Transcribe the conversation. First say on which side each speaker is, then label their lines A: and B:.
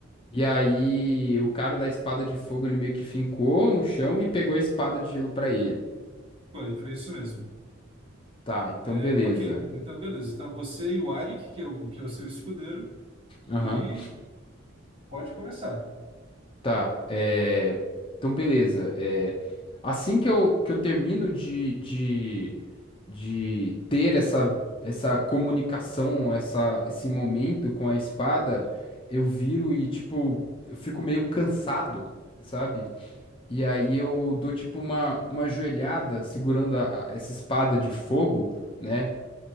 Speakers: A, on the left; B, on the right.
A: e aí o cara da espada de fogo, ele meio que fincou no chão e pegou a espada de gelo pra ele.
B: foi, foi isso mesmo.
A: Tá, então
B: É,
A: beleza.
B: ok, então beleza. Tá você e o Arik, que é o, que é o seu escudeiro,
A: Aham.
B: e pode começar.
A: Tá. É... Então beleza. É... Assim que eu, que eu termino de, de, de ter essa, essa comunicação, essa, esse momento com a espada, eu viro e, tipo, eu fico meio cansado, sabe? E aí eu dou, tipo, uma, uma ajoelhada segurando a- a- essa espada de fogo, né?